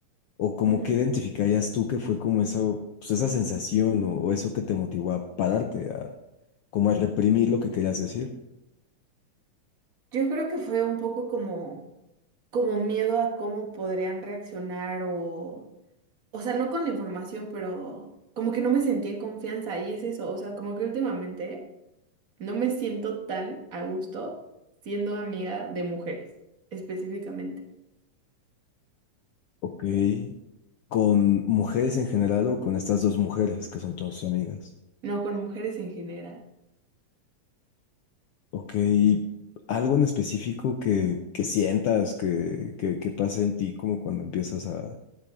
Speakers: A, on the left; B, on the right.
A: o como
B: ujú.
A: que identificarías tú que fue como esa, pues esa sensación o, o eso que te motivó a pararte, a como a reprimir lo que querías decir.
B: Yo creo que fue un poco como, como miedo a cómo podrían reaccionar o, o sea, no con la información, pero como que no me sentí en confianza y es eso, o sea, como que últimamente No me siento tan a gusto siendo amiga de mujeres, específicamente.
A: Ok. ¿Con mujeres en general o con estas dos mujeres que son todas tus amigas?
B: No, con mujeres en general.
A: Ok. ¿Algo en específico que, que sientas que, que, que pasa en ti como cuando empiezas a,